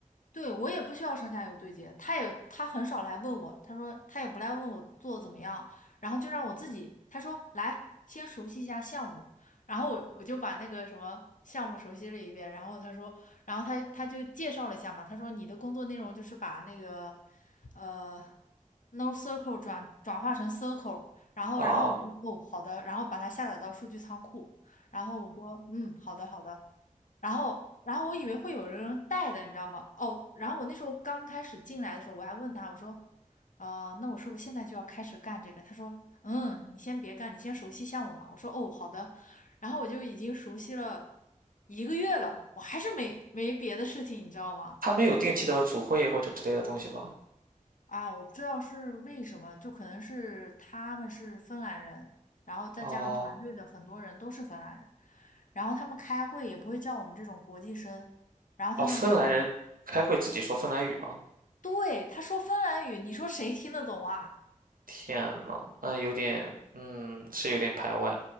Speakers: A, on the left; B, on the right.
A: 对，我也不需要上下游对接，他也他很少来问我，他说他也不来问我做得怎么样，然后就让我自己，他说来先熟悉一下项目，然后我我就把那个什么项目熟悉了一遍，然后他说，然后他他就介绍了一下嘛，他说你的工作内容就是把那个呃 no circle 转转化成 circle，然后然后我说哦好的，
B: 啊，
A: 然后把它下载到数据仓库，然后我说嗯好的好的，然后，然后我以为会有人带的，你知道吗？哦，然后我那时候刚开始进来的时候，我还问他，我说，啊，那我是不是现在就要开始干这个？他说，嗯，你先别干，你先熟悉项目吧。我说，哦，好的。然后我就已经熟悉了一个月了，我还是没没别的事情，你知道吗？
B: 他没有定期的组会或者之类的东西吗？
A: 啊，我不知道是为什么，就可能是他们是芬兰人，然后再加上团队的很多人都是芬兰人，
B: 哦，
A: 然后他们开会也不会叫我们这种国际生，然后他们就是。
B: 哦，芬兰人开会自己说芬兰语吗？
A: 对，他说芬兰语，你说谁听得懂啊？
B: 天呐，那有点，嗯，是有点排外。